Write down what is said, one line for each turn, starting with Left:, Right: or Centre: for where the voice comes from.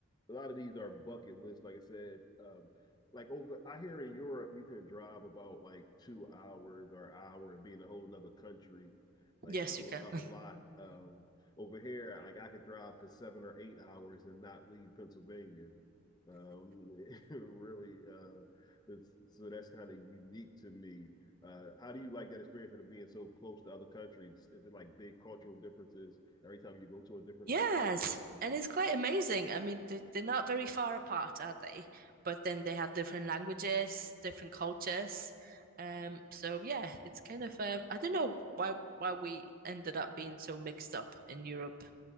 Left: a lot of these are bucket lists, like I said. Um, like over, I hear in Europe, you can drive about like two hours or an hour and be in a whole nother country, like
Right: Yes,
Left: a,
Right: you can.
Left: a
Right: <laughs>
Left: lot. Um, over here, like I could drive for seven or eight hours and not leave Pennsylvania. Um, <laughs> really, uh, it's, so that's kind of unique to me. Uh, how do you like that experience of being so close to other countries? Is it like big cultural differences every time you go to a different
Right: Yes,
Left: country?
Right: and it's quite amazing. I mean, they, they're not very far apart, are they? But then they have different languages, different cultures. Um, so yeah, it's kind of uh, I don't know why why we ended up being so mixed up in Europe.